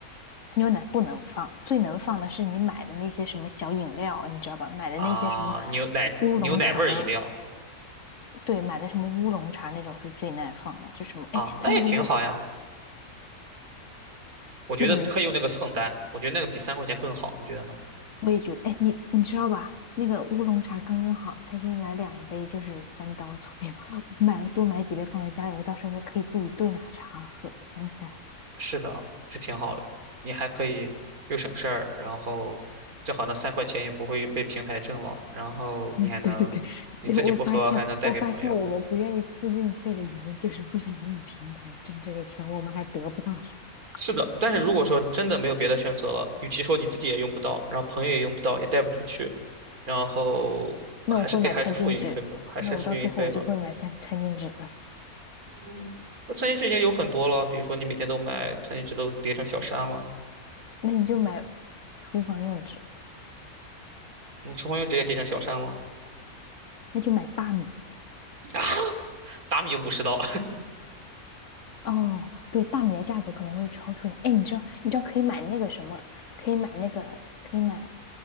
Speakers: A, on the left; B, on the right.
A: 牛奶不能放，最能放的是你买的那些什么小饮料，你知道吧？买的那些什么
B: 啊，牛奶牛奶味儿饮料
A: 乌龙茶，对，买的什么乌龙茶那种是最耐放了，就什么，
B: 啊，
A: 哎，
B: 那也挺好呀。
A: 它那个乌，
B: 我觉得可以用那个蹭单，
A: 那比如说，
B: 我觉得那个比三块钱更好，你觉得呢？
A: 我也觉得，哎，你你知道吧？那个乌龙茶刚刚好，他可以买两杯，就是三刀左右，买了多买几杯放在家里，我到时候可以自己兑奶茶喝。想起来了，
B: 是的，这挺好，你还可以又省事儿，然后正好那三块钱也不会被平台挣了，然后你还能你自己不喝，
A: <laughs> 对对对，因为我发现，
B: 还能带给朋友。
A: 我发现我们不愿意付运费的原因就是不想让平台挣这个钱，我们还得不到什么。
B: 是的，但是如果说真的没有别的选择了，与其说你自己也用不到，然后朋友也用不到，也带不出去，然后还是给还是付运费吧，
A: 那我会买餐巾纸，
B: 还是付运费吧。
A: 那我到最后我就会买三餐巾纸，
B: 嗯，那餐巾纸已经有很多了，比如说你每天都买餐巾纸都叠成小山了，
A: 那你就买厨房用纸，
B: 嗯，厨房用纸也叠成小山了，
A: 那就买大米
B: 啊，达米五十刀。
A: 哦，对，大米的价格可能会超出一点。哎，你知道，你知道可以买那个什么，可以买那个，可以买。